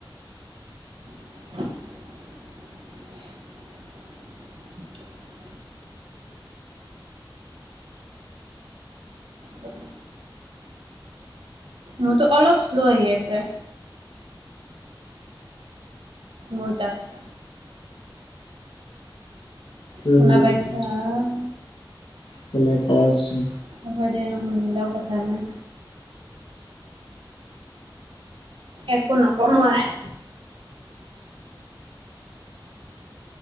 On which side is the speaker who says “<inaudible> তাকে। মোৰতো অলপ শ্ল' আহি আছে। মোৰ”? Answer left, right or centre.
Right